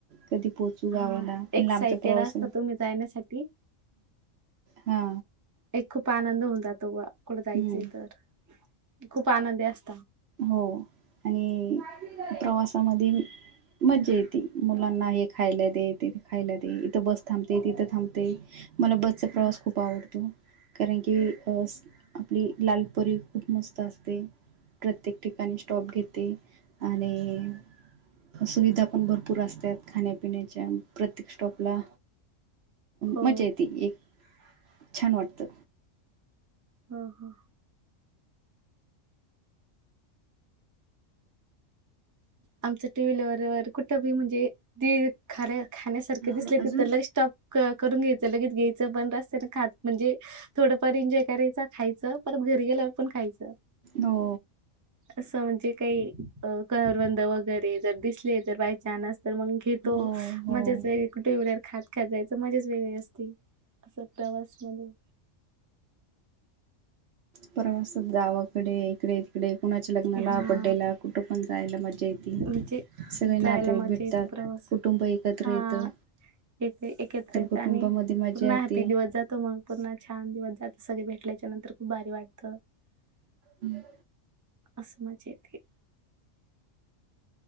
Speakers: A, on the right (about 60°); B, on the right (about 20°).
A: कधी पोहोचू गावंला
B: हां,
A: पण
B: एक्सायटेड
A: लांबचा प्रवास
B: असता तुम्ही जाण्यासाठी.
A: हा
B: एक खूप आनंद होऊन जातो कुठं जायचं
A: हम्म.
B: तर खूप आनंदी अस
A: हो आणि प्रवासामध्ये मज्जा य ती मुलांना हे खायला दे ते खायला दे इथं बस थांबते तिथं थांबते मला बसचा प्रवास
B: हो,
A: खूप आवडतो. कारण की आपली लालपरी खूप मस्त असते. प्रत्येक ठिकाणी स्टॉप घेते आणि, सुविधा पण भरपूर असतात खाण्यापिण्याच्या प्रत्येक स्टॉपला.
B: हो,
A: मजा येते एक छान वाटतं.
B: हम हम्म आमच टू व्हीलरवर कुठंबी म्हणजे खाण्यासारखे
A: बोला
B: दिसले
A: अजून
B: त तर लगे स्टॉप करून घ्यायचं लगेच घ्यायचं पण रस्त खात म्हणजे थोडंफार एन्जॉय करायच खायचं परत घरी गेल्यावर पण खायचं
A: हो
B: असं म्हणजे काही करवंद वगैरे जर दिसले तर बाय न्स तर मग घेतो
A: हो हो
B: म्हजेच व कुठे खात खाजायच मजेच वेगळी असते असं प्रवास मध्ये
A: प्रवासात गावाकडे इकडे त इकडे कुणाच्या लग्नाला
B: हा
A: बड्डेला कुठं पण जायला मजा येते
B: म्हणजे
A: सगळे
B: जायला
A: नाते
B: मजा
A: भेटतात.
B: येते प्रवास
A: कुटुंब एकत्र
B: हा
A: येतं.
B: एक एकत्र येत
A: कुटुंबामध्ये
B: आणि
A: मजा
B: पूर्ण
A: येते
B: हॅप्पी दिवस जातो मग पूर्ण छान दिवस जातो सगळे भेटल्याच्या नंतर. खूप भारी वाटत.
A: हम्म
B: अस मज्जा येते.